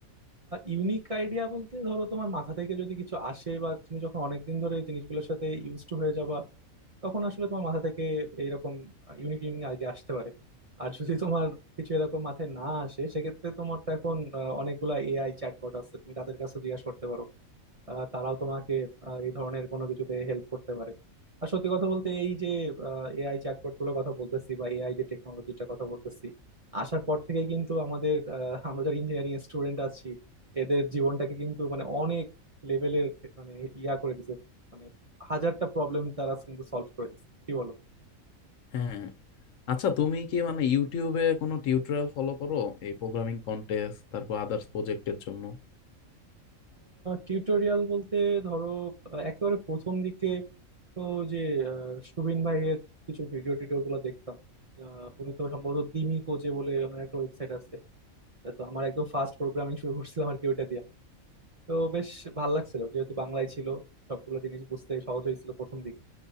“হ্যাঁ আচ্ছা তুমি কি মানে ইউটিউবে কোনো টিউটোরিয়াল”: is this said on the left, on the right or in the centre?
Left